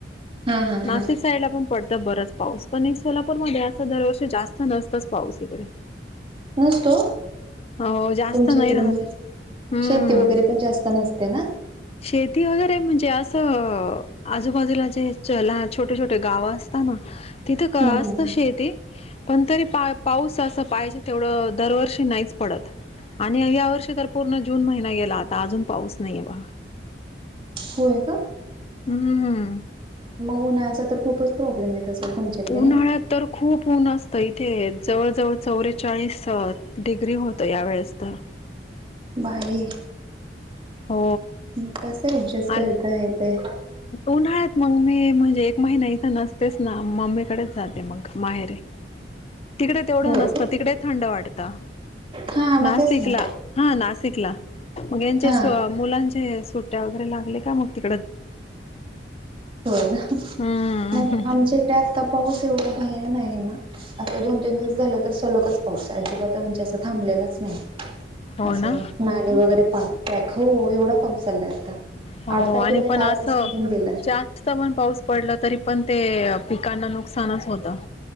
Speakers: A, on the right; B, on the left.
A: हा हा
B: नाशिक
A: हा
B: साईडला पण पडतं बरच पाऊस पण सोलापूरमध्ये असं दरवर्ष जास्त नसतच पाऊस इकडे
A: नसतो
B: हो जास्त
A: तुमच्याकडे
B: नाही राहत
A: म
B: हम्म.
A: शेती वगैरे पण जास्त नसते ते ना
B: शेती वगैरे म्हणजे असं आजूबाजूला जे लहान छोटे छोटे गाव अस तिथं का
A: हम्म
B: असत
A: हम्म हम्म
B: शेती पण तरी पा पाऊस असं पाहिजे तेवढं दरवर्षी नाहीच पडत आणि या वर्षी तर पूर्ण जून महिना गेला आता अजून पाऊस नाहीे बघ
A: होय का
B: हम्म.
A: मग उन्हाळ्याचा तर खूपच प्रॉब्लेम येत असेल तुमच्याकडे
B: उन्हाळ्यात
A: आहे ना?
B: तर खूप उऊन्हा असत तर इथे जवळ जवळ चौवेचाळीस डिग्री होत यावेेळेस तर
A: बाई
B: हो
A: मग कसं ऍडजस्ट करता
B: आ
A: येतय
B: उन्हाळ्या मग मी म्हणजे एक महिना इथं नसतेच ना मम्मीकडेच जाते मग माहेरे तिकडे तेवढं
A: होय
B: नसतं
A: का?
B: तिकडे थंड वाटतं
A: हा मग
B: नाशिकला
A: तेच ना
B: हा नाशिकला मग यांच्या
A: हा
B: मुलांचे सुट्ट्या वगैरे लागले का मग त
A: हो नाहीतर
B: हम्म
A: आमच्याकडे आत्ता पा एवढा भयान आहे ना आजता दोन तीन दिवस झाले तर सलगच पाऊस अजिबात असं थांबलेलाच नाही
B: हो
A: असं
B: ना
A: नाले वगैरे पाक पॅक हो एवढा पाक चाललाय आता
B: हो
A: आठ तारखेपर्यंत
B: आणि पण असं
A: समथिंग दिलंय
B: जास्त पण पाऊस पडलं तरी पण ते पिकांना नुकसानच होतं